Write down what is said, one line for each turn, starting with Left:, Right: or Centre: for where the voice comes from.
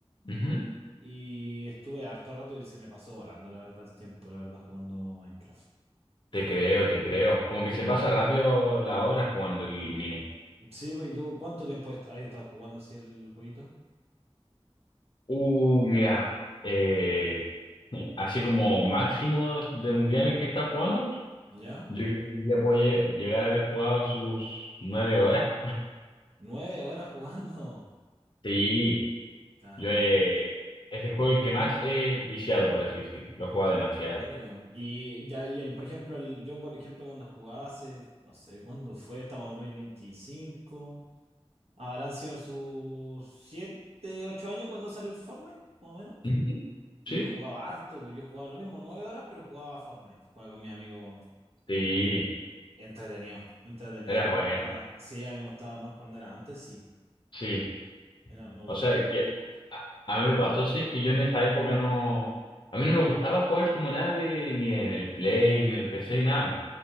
Left: Ujú.
Right: Y estuve harto rato y se me pasó volando, la verdad, el tiempo, la verdad, jugando Minecraft.
Left: Te creo, te creo. Como que se pasa rápido la hora jugando el Nine.
Right: Sí, pues, ¿y tú cuánto tiempo est- has estado jugando así el jueguito?
Left: Uh, mira, eh, así como máximo de un día en el que está jugando,
Right: ¿Ya?
Left: yo creo que un día puede llegar a haber jugado sus nueve horas.
Right: Nueve horas <laughs> jugando.
Left: Sí,
Right: Caleta.
Left: yo eh, es el juego el que más he viciado, por así decirlo. Lo he jugado
Right: ¿En
Left: demasiado.
Right: serio? Y ya, y el, por ejemplo, el, yo, por ejemplo, cuando jugaba hace, no sé, ¿cuándo fue? Estamos en dos mil veinticinco Habrán sido sus siete, ocho años cuando salió el Fortnite, más o menos.
Left: Ujú.
Right: Y
Left: ¿Sí?
Right: yo jugaba harto, pues yo jugaba lo mismo, nueve horas, pero jugaba Fortnite. Jugaba con mi amigo
Left: Sí,
Right: Entretenido, entretenido.
Left: era
Right: A mí
Left: bueno.
Right: me gustaba, sí, a mí me gustaba más cuando era antes, sí.
Left: Sí,
Right: Era, me Mm. gustaba.
Left: o sea,
Right: antiguo.
Left: es que a, a mí me pasó, sí, que yo en esa época no... A mí no me gustaba jugar como nadie, ni en el Play, ni en el PC, ni nada.